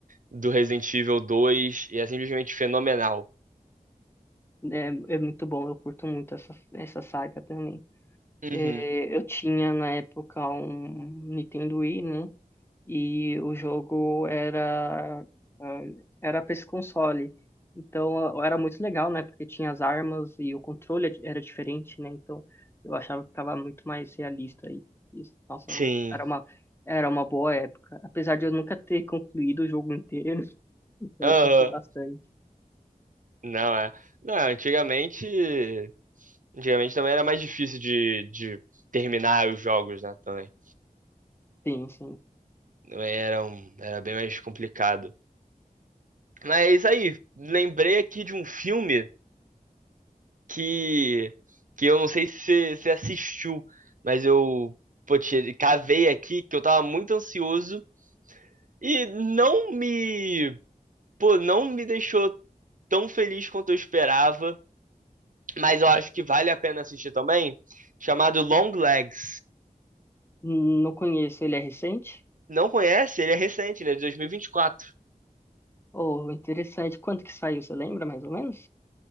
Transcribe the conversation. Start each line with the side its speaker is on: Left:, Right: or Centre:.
Right: do Resident Evil 2 e é simplesmente fenomenal.
Left: É, é muito bom. Eu curto muito essa, essa saga também.
Right: Uhum.
Left: É, eu tinha na época um Nintendo Wii, né? E o jogo era ah, era para esse console. Então ah, era muito legal, né? Porque tinha as armas e o controle é, era diferente, né? Então eu achava que ficava muito mais realista e, e nossa,
Right: Sim.
Left: era uma era uma boa época, apesar de eu nunca ter concluído o jogo inteiro. <laughs> Então
Right: Aham.
Left: eu curti bastante.
Right: Não é. Não, antigamente. Antigamente também era mais difícil de, de terminar os jogos, né? Também.
Left: Sim, sim.
Right: Também Era, um, era bem mais complicado. Mas aí, lembrei aqui de um filme que, que eu não sei se você você assistiu, mas eu pô, te- cavei aqui que eu tava muito ansioso e não me, pô, não me deixou tão feliz quanto eu esperava, mas eu acho que vale a pena assistir também, chamado Long Legs.
Left: Não conheço, ele é recente?
Right: Não conhece? Ele é recente, ele é de 2024.
Left: Oh, interessante. Quando que saiu, você lembra mais ou menos?